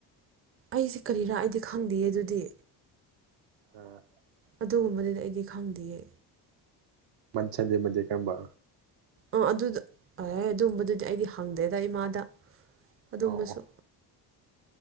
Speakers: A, on the right; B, on the right.
A: ꯑꯩꯁꯦ ꯀꯔꯤꯔꯥ ꯑꯩꯗꯤ ꯈꯪꯗꯦ ꯑꯗꯨꯗꯤ
B: ꯎꯝ
A: ꯑꯗꯨꯒꯨꯝꯕꯗꯨꯗꯤ ꯑꯩꯗꯤ ꯈꯪꯗꯦꯌꯦ
B: ꯁꯟꯗꯦ ꯃꯟꯗꯦ ꯀꯔꯝꯕ
A: ꯑꯥ ꯑꯗꯨꯗ ꯑꯗꯨꯝꯕꯗꯨꯗꯤ ꯑꯩꯗꯤ ꯍꯪꯗꯦꯗ ꯏꯃꯥꯗ ꯑꯗꯨꯝꯕꯁꯨ
B: ꯑꯧ ꯑꯣ